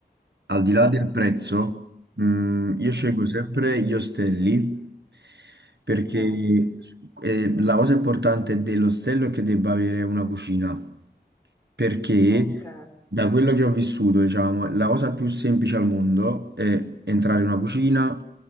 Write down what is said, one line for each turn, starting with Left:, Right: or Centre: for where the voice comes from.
Right: al di
Left: Sì?
Right: là del prezzo, mm, io scelgo
Left: Mhm.
Right: sempre gli ostelli perché
Left: Ok,
Right: eh, la cosa importante dell'ostello è che debba avere una cucina perché
Left: ok.
Right: da quello che ho vissuto, diciamo, la cosa più semplice al mondo è entrare in una cucina,